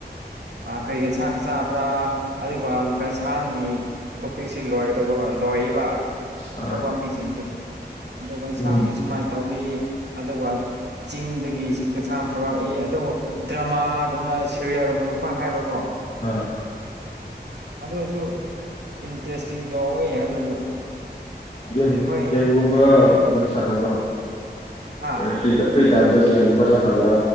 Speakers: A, on the right; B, on the left.
A: ꯑꯥ ꯀꯔꯤ ꯌꯦꯟꯁꯥꯡ ꯆꯥꯕ꯭ꯔꯥ ꯑꯗꯨꯒ ꯒꯟꯁꯥꯡꯒꯤ ꯇꯣꯄꯤꯛꯁꯤ ꯂꯣꯏꯒꯗꯧꯕ ꯂꯣꯏꯌꯦꯕ
B: ꯑꯥ
A: ꯑꯇꯣꯞꯄ ꯃꯤꯁꯤꯡꯗꯤ ꯑꯗꯨꯒ ꯌꯦꯟꯁꯥꯡꯁꯤ
B: ꯎꯝ
A: ꯁꯨꯃꯥꯏꯅ ꯇꯧꯋꯤ ꯑꯗꯨꯒ ꯆꯤꯡꯗꯒꯤ <unintelligible> ꯄꯨꯔꯛꯏ ꯑꯗꯨꯒ ꯗ꯭ꯔꯃꯥꯒꯨꯝꯅ ꯁꯦꯔꯦꯌꯦꯜꯒꯨꯝꯅ ꯀ ꯍꯥꯏꯕꯀꯣ
B: ꯑꯥ
A: ꯑꯗꯨꯁꯨ ꯏꯟꯇꯔꯦꯁꯇꯤꯡ ꯇꯩꯋꯦ ꯑꯗꯨꯕꯨ
B: ꯒꯦꯝ
A: ꯍꯣꯏ
B: ꯒꯦꯝꯒꯨꯝꯕꯒꯨꯝꯕꯗꯤ ꯁꯥꯟꯅꯗ꯭ꯔꯣ
A: ꯍꯥ
B: ꯕꯔꫭ ꯐ꯭ꯔꯤꯗ ꯐ꯭ꯔꯤ ꯇꯥꯏꯝꯗ ꯀꯦꯝꯒꯨꯝꯕ ꯁꯥꯟꯅꯕ꯭ꯔꯥ